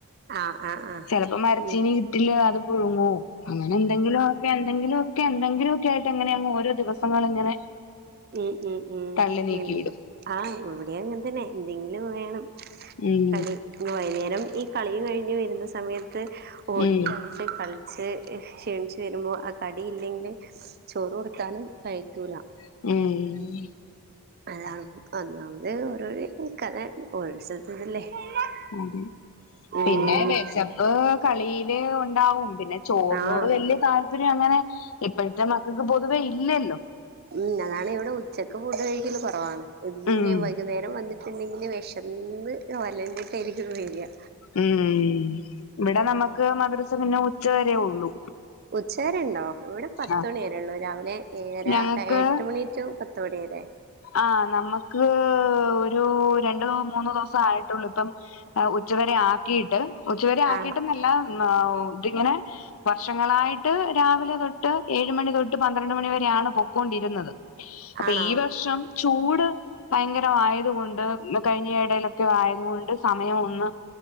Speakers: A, on the right (about 45°); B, on the left (about 65°).
A: ആഹ് ആഹ് ആഹ്
B: ചെലപ്പോ മരച്ചീനി
A: ഉം
B: കിട്ടില്ലന്നാ അത് പുഴുങ്ങും അങ്ങനെ എന്തെങ്കിലും ആഹ് എന്തെങ്കിലും ഒക്കെ എന്തെങ്കിലും ഒക്കെ ആയിട്ട് എങ്ങനെയാ ഓരേ ദിവസങ്ങള് ഇങ്ങനെ
A: ഉം ഉം ഉം
B: തള്ളി നീക്കി
A: ഇല്ലാ
B: വിടും
A: ആഹ് ഇവടെ അങ്ങനെ തന്നെ എന്തെങ്കിലും വേണം
B: ഉം
A: കളി വൈന്നേരം ഈ കളി കഴിഞ്ഞ് വെര്ന്നാ സമയത്ത് ഓടി
B: ഉം
A: കളിച്ച് ക്ഷിണിച്ച് വെര്മ്പോ ആഹ് കടിയില്ലെങ്കി ചോറ് കൊട്ത്താലും കഴി ക്കുല്ലാ
B: ഉം
A: <unintelligible>
B: <unintelligible> <unintelligible>
A: ഉം
B: കളില് ഒണ്ടാവും പിന്നെ ചോറിനോട്
A: ആഹ്
B: വല്ല്യയാ താല്പര്യം അങ്ങനെ ഇപ്പോഴത്തെ മക്കക്ക് പൊതുവേ ഇല്ല അല്ലോ
A: ഉം അതാണ് ഇവടെ ഉച്ചക്ക് ഫുഡ് കയില് കൊറവാണ് <unintelligible>
B: ഉം
A: വൈന്നേരം വന്ന് <unintelligible> വേഷന്ന് വലാഞ്ഞ്ട്ടായിരിക്കും വെരിക്യാ
B: ഉം ഇവിടെ നമുക്ക് മദ്രസ പിന്നെ ഉച്ച വരേ ഉള്ളൂ.
A: ഉച്ച വരെണ്ടോ ഇവിടെ പത്തുമണി
B: ആ
A: വരെ ഉള്ളൂ രാവിലെ ഏഴര
B: ഞങ്ങക്ക്
A: എട്ട് മണി ടു പ തുടരെ
B: ആഹ് നമുക്ക് ഒരു രണ്ടു മൂന്നോ ദിവസ ആയിട്ടുള്ളൂ ഇപ്പം ഉച്ചുവരെ ആക്കിയിട്ട് ഉച്ചവരെ ആക്കിയിട്ട്ന്നെല്ലാം
A: ആണോ
B: ഇതിങ്ങനെ വർഷങ്ങളായിട്ട് രാവിലെ തൊട്ട് ഏഴ് മണി തൊട്ട് പന്ത്രണ്ട് മണിവരെയാണ് പൊക്കൊണ്ടിരുന്നത്. അപ്പൊ
A: ആണോ
B: ഈ വർഷം ചൂട് ഭയങ്കര ആയതുകൊണ്ട് കഴിഞ്ഞ ഇടയിലൊക്കെ ആയതുകൊണ്ട് സമയം ഒന്ന്